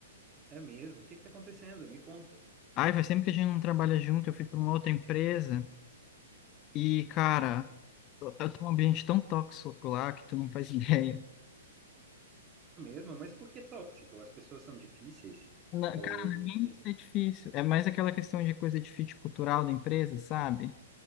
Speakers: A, on the right (about 25°); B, on the left (about 35°).
A: É mesmo? O que que tá acontecendo? Me conta.
B: Ai, faz tempo que a gente não trabalha junto, eu fui para uma outra empresa e, cara, eu eu tô num ambiente tão tóxico lá que tu não faz <laughs> ideia.
A: É mesmo? Mas por que tóxico? As pessoas são difíceis?
B: Na-
A: Ou...
B: cara, não
A: não
B: é nem
A: sei.
B: ser difícil, é mais aquela questão de coisa de fit cultural da empresa, sabe?